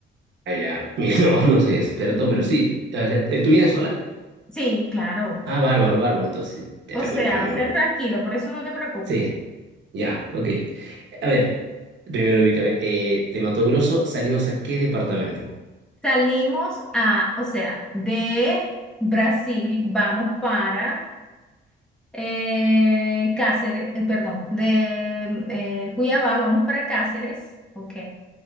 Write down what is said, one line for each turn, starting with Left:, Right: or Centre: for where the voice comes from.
Right: allá. <laughs> Mira, no, no soy experto,
Centre: <laughs>
Right: pero sí. O sea, eh, ¿Tú vienes sola?
Centre: Sí, claro.
Right: Ah, bárbaro, bárbaro. Entonces, te
Centre: O
Right: te
Centre: sea,
Right: acompaño.
Centre: ser tranquilo, por eso no te preocupes.
Right: Sí, ya, ok. A ver, primero ubícame. Eh, de Mato Grosso salimos a qué departamento?
Centre: Salimos a, o sea, de Brasil vamos para eh, Cáceres, eh, perdón, de mm, eh, Cuiabá vamos para Cáceres, ¿ok?